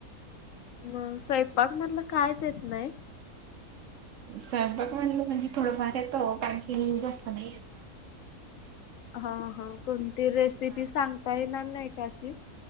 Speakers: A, on the left; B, on the right.
A: मग स्वयंपाक मधलं कायच येत नाही.
B: स्वयंपाक म्हणलं म्हणजे थोडंफार येतं कारण की जास्त नाही येत.
A: हा हा कोणती रेसिपी
B: हा
A: सांगता येणार नाही का अशी